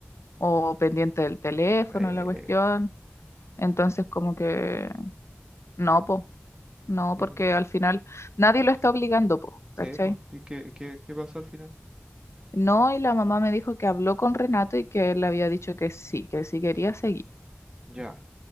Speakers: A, on the left; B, on the right.
A: o pendiente del teléfono,
B: Eh,
A: la cuestión, entonces como que no, pues, no,
B: sí,
A: porque al final nadie lo está obligando, pues, ¿cachai?
B: sí, pues. ¿Y qué, qué, qué pasó al final?
A: No, y la mamá me dijo que habló con Renato y que él le había dicho que sí, que sí quería seguir
B: Ya,